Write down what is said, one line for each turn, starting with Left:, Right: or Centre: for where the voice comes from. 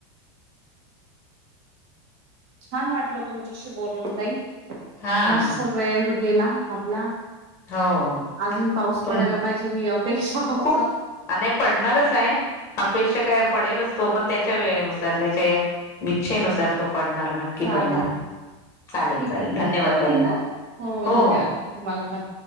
Right: छान वाटलं तुमच्याशी बोलून ताई.
Left: हा
Right: मस्त वेळ गेला आपला.
Left: हो ओ.
Right: आजून पाऊस
Left: तुम
Right: पडायला पाहिजे ही अपेक्षा फक्त
Left: खूप आणि पडणारच आहे. अपेक्षा काय पडेलच तो पण त्याच्या वेळेनुसार त्याच्या या इच्छेनुसार तो पडणार नाही. नक्की
Right: चालेल
Left: पडणार. चालेल
Right: ठीक
Left: चालेल
Right: आहे
Left: धन्यवाद
Right: करू बंद
Left: ताई
Right: हो
Left: हो
Right: धन्यवाद
Left: हो.
Right: तुम्हाला पण,